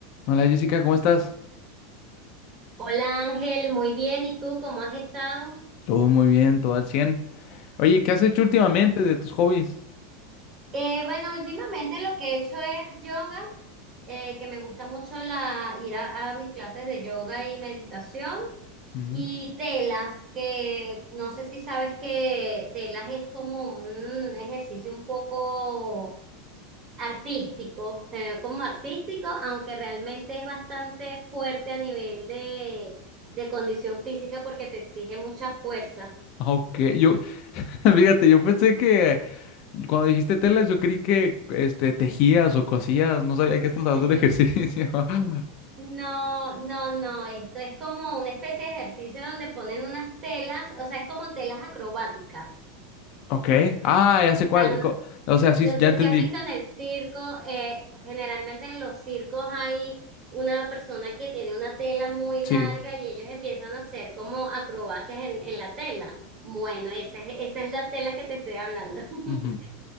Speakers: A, on the left (about 50°); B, on the right (about 35°).
A: Hola Jessica, ¿cómo estás?
B: Hola Ángel, muy bien. ¿Y tú cómo has estado?
A: Todo muy bien, todo al 100. Oye, ¿qué has hecho
B: <laughs>
A: últimamente de tus hobbies?
B: Eh, bueno, últimamente lo que he hecho es yoga, eh, que me gusta mucho la, ir a, a mis clases de yoga y meditación,
A: Ujú.
B: y telas, que no sé si sabes que telas es como un ejercicio un poco artístico, se ve como artístico, aunque realmente es bastante fuerte a nivel de, de condición física porque te exige mucha fuerza.
A: Ah, Ok, yo, <laughs> fíjate, yo pensé que cuando dijiste telas, yo creí que este, tejías o cosías, no sabía
B: <laughs>
A: que estás hablando de ejercicio. <laughs>
B: No, no, no, esto es como una especie de ejercicio donde ponen unas telas, o sea, es como telas acrobáticas.
A: Ok, ah, ya sé
B: O
A: cuál.
B: sea, no,
A: co- O sea,
B: no
A: sí, ya
B: sé
A: entendí,
B: si has visto en el circo, eh, pues generalmente en los circos hay una persona que tiene una tela muy larga
A: sí.
B: y ellos empiezan a hacer como acrobacias en, en la tela. Bueno, esa es, esa es la tela que te estoy hablando. <laughs>
A: Ujú.